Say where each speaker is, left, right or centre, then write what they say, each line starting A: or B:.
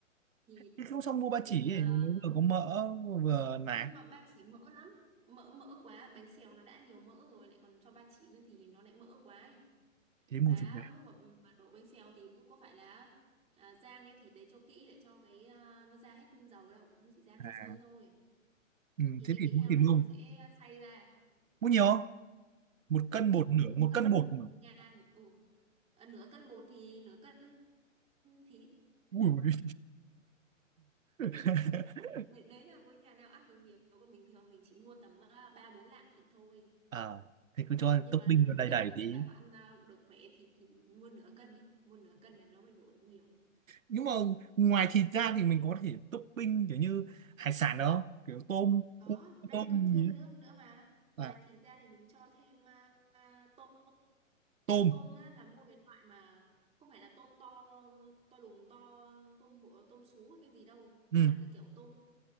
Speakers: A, on the right (about 15°); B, on the right (about 75°).
A: thì
B: thế không xong mua ba
A: mình
B: chỉ
A: ờ,
B: ấy, nó vừa có mỡ vừa nạc
A: nhưng mà ba chỉ mỡ lắm mỡ mỡ quá bánh xèo nó đã nhiều mỡ rồi lại còn cho ba chỉ nữa thì nó lại mỡ quá ấy.
B: thế
A: mà
B: mua thịt nạc
A: lúc mà, mà đổ bánh xèo thì cũng có phải là à, rang cái thịt đấy cho kỹ để cho cái à, nó ra hết dầu đâu nó chỉ rang
B: à
A: sơ sơ thôi
B: ừ,
A: thì
B: thế
A: cái
B: thì
A: thịt
B: mua
A: heo
B: thịt
A: đấy
B: mông
A: mình sẽ xay ra
B: mua nhiều không một cân
A: mua
B: một
A: khoảng
B: nửa
A: nửa
B: một
A: cân
B: cân một mà
A: nhà ừ. Ờ, nửa cân bột thì nửa cân thịt
B: ui ui. <laughs>
A: <laughs> đấy, đấy là với nhà nào ăn được nhiều còn bình thường mình chỉ mua tầm ờ, ba bốn lạng thịt thôi
B: à thì cứ cho
A: nhưng
B: topping
A: mà nếu
B: nó đầy
A: nhà
B: đầy
A: nhà
B: tí
A: bạn mà ăn ờ, được khỏe thì thì mua nửa cân đi mua nửa cân này nó mới đổ được nhiều
B: nhưng mà ngoài thịt ra thì mình có thể topping kiểu như hải sản được không kiểu tôm
A: Có,
B: cua
A: đây
B: tôm
A: còn chưa
B: gì
A: nước
B: ấy.
A: nữa mà ngoài
B: à
A: thịt ra thì mình cho thêm à, à, tôm
B: tôm
A: tôm á, là mua cái loại mà không phải là tôm to to đùng to tôm hũ tôm sú hay cái gì đâu nó
B: ừ
A: là cái kiểu tôm